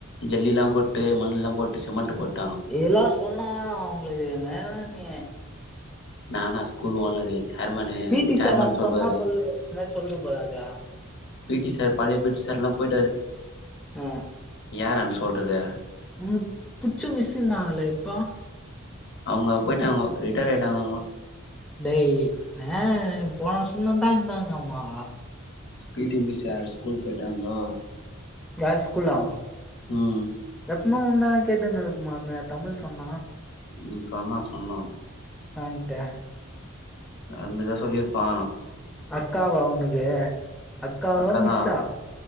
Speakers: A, on the left; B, in the centre.
A: ஜல்லி எல்லா போட்டு மண் எல்லா போட்டு சிமெண்ட் போட்டு
B: இதல்லா சொன்னா அவங்களுக்கு என்னடா நீ
A: நானா ஸ்கூல்லு owner chairman
B: P T
A: chairman
B: sir நான்ட
A: சொல்லுவாரு
B: சொன்னா சொல்லு இந்த மாரி சொல்லிட்டு போறாறு
A: பி டி சார் பழைய பி டி சார்ல்லா போயிட்டாரு
B: ஆ
A: யாரான்ட சொல்றது
B: உனக்கு புடிச்ச மிஸ் இருந்தாங்களலே இப்போ
A: அவங்க போய்ட்டாங்க ரிட்டைடு ஆயிட்டாங்கோ அவங்களா
B: டேய் ஏ போன வருஷோ தடா இருந்தாங்க அவுங்கோ
A: பி டி மிஸ் வேற ஸ்கூல் போயிட்டாங்கோ
B: வேற ஸ்கூல்லா
A: ம்
B: எப்புமே உன்ன கேட்டுனு இரு க்குமாமே தமிழ் சொன்னா
A: ம் சொன்னா சொன்னா
B: <unintelligible>
A: அதுமேரி எதுனா சொல்லிருப்பா
B: அக்காவா உனக்கு அக்காவா
A: அக்காதா
B: மிஸ்ஸா